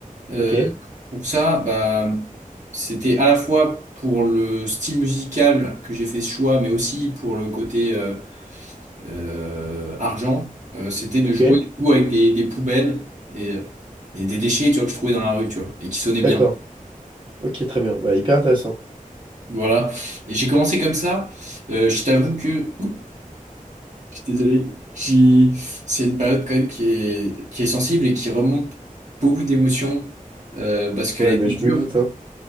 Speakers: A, on the right (about 55°); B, on the right (about 35°).
A: Euh,
B: Ok,
A: pour ça, bah, c'était à la fois pour le style musical que j'ai fait ce choix, mais aussi pour le côté euh, euh, argent. Euh, c'était de
B: ok,
A: jouer du coup, avec des, des poubelles et, et des déchets, tu vois, que je trouvais dans la rue, tu vois, et qui sonnaient bien.
B: d'accord, ok, très bien, bah, hyper intéressant.
A: Voilà. Et j'ai commencé comme ça. Euh, je t'avoue que, Ouh, je suis désolé, J'ai- c'est une période quand même qui est, qui est sensible et qui remonte beaucoup d'émotions euh, parce qu'elle
B: Ouais,
A: a été
B: bah, je
A: dure.
B: me doute, hein.